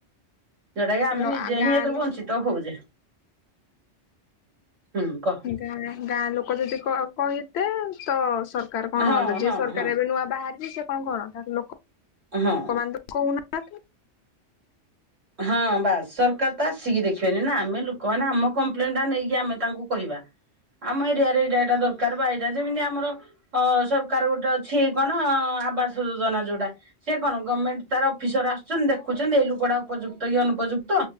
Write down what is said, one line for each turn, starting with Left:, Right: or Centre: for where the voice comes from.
Right: ଯେଉଟା କି ଆମେ
Left: ଲ
Right: ନିଜେ
Left: ଗାଁ
Right: ହିଁ ଏଥିରୁ
Left: ଲୋ
Right: ବଞ୍ଚିତ ହଉଛେ। ହୁଁ କହ।
Left: ଗାଁ ଗାଁ ଲୋକ ଯଦି କ କହିତେ ତ ସର୍ ସରକାର କଣ
Right: ହଁ
Left: ଆଲଜ୍ୟା
Right: ହଁ
Left: ସରକାର
Right: ହଁ
Left: ଏବେ ନୂଆ ବାହାରିଛି ସେ କଣ କରନ୍ତା। ଲୋକ
Right: ହଁ
Left: ମାନେ କହୁନାହାନ୍ତି।
Right: ହଁ ବାସ୍ ସରକାର ତ ଆସିକି ଦେଖିବେନି ନା। ଆମେ ଲୋକମାନେ ଆମ କମ୍ପ୍ଲେନଟା ନେଇକି ଆମେ ତାଙ୍କୁ କହିବା। ଆମ ଏରିଆରେ ଏଇଟା ଏଇଟା ଦରକାର ବା ଏଇଟା ଯେମିତି ଆମର ଅ ସରକାର ଗୋଟେ ଅଛି କଣ ଆବାସ ଯୋଜନା ଯୋଉଟା ସିଏ କଣ ଗମେଣ୍ଟ ତାର ଅଫିସର ଆସୁଛନ୍ତି ଦେଖୁଛନ୍ତି ଏଇ ଲୋକଟା ଉପଯୁକ୍ତ କି ଅନୁପଯୁକ୍ତ।